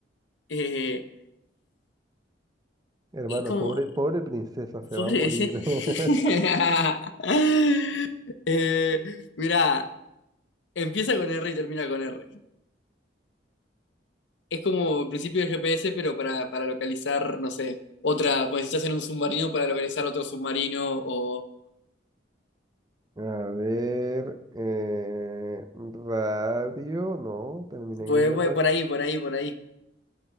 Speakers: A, on the left; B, on the right.
A: eh,
B: Hermano,
A: eh, como,
B: pobre, pobre princesa, se
A: pobre
B: va a morir.
A: ese?
B: <laughs>
A: <laughs> Eh, mira, empieza con R y termina con R. Es como el principio del GPS, pero para, para localizar, no sé, otra, cuando estás en un submarino, para localizar otro submarino, o
B: A ver, eh, radio, no, termina en
A: por,
B: R.
A: por por ahí, por ahí, por ahí.